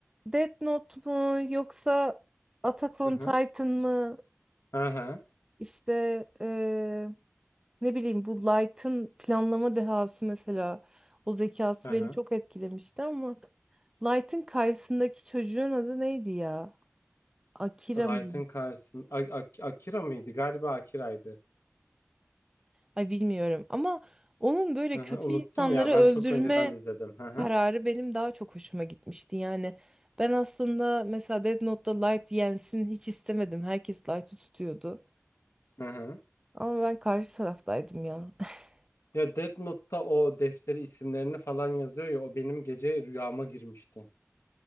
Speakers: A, on the right; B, on the left.
A: Death Note mu yoksa Attack on
B: Hı hı.
A: Titan mı?
B: Hı hı.
A: İşte eee, ne bileyim bu Light'ın planlama dehası mesela o zekası
B: Hı
A: beni
B: hı.
A: çok etkilemişti ama Light'ın karşısındaki çocuğun adı neydi ya? Akira
B: Light'ın
A: mıydı?
B: karşısında Akira mıydı? Galiba Akira'ydı.
A: Ay bilmiyorum ama onun böyle
B: Hı
A: kötü
B: hı, unuttum
A: insanları
B: ya ben
A: öldürme
B: çok önceden izledim. Hı hı.
A: kararı benim daha çok hoşuma gitmişti. Yani ben aslında mesela Death Note'da Light yensin hiç istemedim. Herkes Light'ı tutuyordu.
B: Hı hı.
A: Ama ben karşı taraftaydım ya. <laughs>
B: Ya Death Note'ta o defteri isimlerini falan yazıyor ya o benim gece rüyama girmişti.